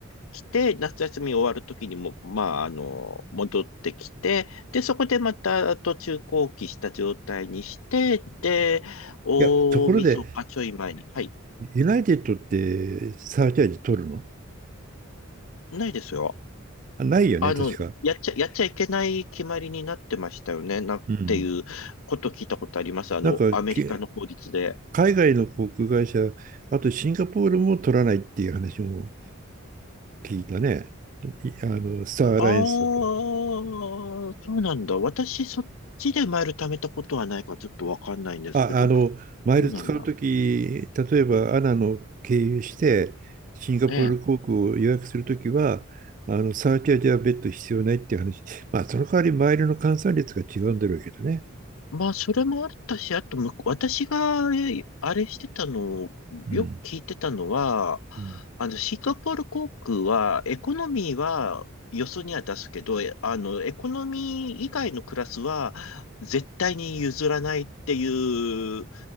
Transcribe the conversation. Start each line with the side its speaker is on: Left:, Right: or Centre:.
Left: きて、夏休み終わるときにも、まあ、あの、戻ってきて、で、そこでまた途中後期した状態にして、で、大晦日ちょい前に。
Right: いや、ところで、
Left: はい。
Right: ユナイテッドってサーチャージ取るの
Left: ないですよ。
Right: あ、ないよね、
Left: あの、
Right: 確か。
Left: やっちゃ、やっちゃいけない決まりになってましたよね。なっていうこと聞いたことあります。
Right: うん。
Left: あの、
Right: なんか、
Left: アメリカの法律で。
Right: け海外の航空会社、あとシンガポールも取らないっていう話も聞いたね。いあの、スターアライアンスだと。
Left: ああ、そうなんだ。私、そっちでマイル貯めたことはないからちょっとわかんないんですけど、
Right: あ、あの、マイル使うとき、
Left: そうなんだ。
Right: 例えばアナの経由して、シンガポール航空を予約するときは、
Left: ええ。
Right: あの、サーチャージは別途必要ないっていう話。まあ、その代わりマイルの換算率が違うんだろうけどね。
Left: まあ、それもあったし、あとむ、私が、えあれしてたの、
Right: うん。
Left: よく聞いてたのは、
Right: うん
Left: あの、シンガポール航空は、エコノミーは、よそには出すけど、えあの、エコノミー以外のクラスは、絶対に譲らないっていう、